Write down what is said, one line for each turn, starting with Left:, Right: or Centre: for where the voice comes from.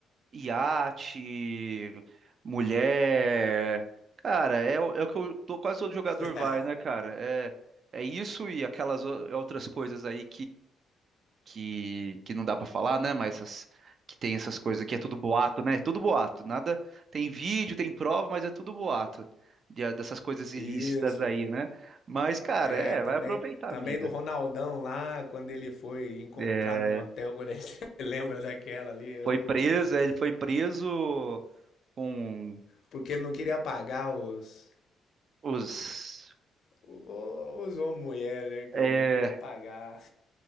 Right: iate, mulher. Cara, é, o- é o que eu, tô- quase todo jogador
Left: <laughs>
Right: vai, né, cara? É, é isso e aquelas o- outras coisas aí que, que não dá pra falar, né? Mas essas, que tem essas coisas que é tudo boato, né? É tudo boato, nada. Tem vídeo, tem prova, mas é tudo boato de- ah, dessas coisas ilícitas
Left: Isso.
Right: aí, né? Mas, cara,
Left: É,
Right: é,
Left: também,
Right: vai aproveitar
Left: também
Right: a vida.
Left: do Ronaldão lá, quando ele foi encontrado
Right: É,
Left: no hotel, quando ele <laughs> lembra daquela ali,
Right: foi
Left: oh
Right: preso,
Left: meu Deus.
Right: é, ele foi preso com
Left: Porque ele não queria pagar os,
Right: os.
Left: o- o- Usou uma mulher, né? Que
Right: é,
Left: ele não queria pagar.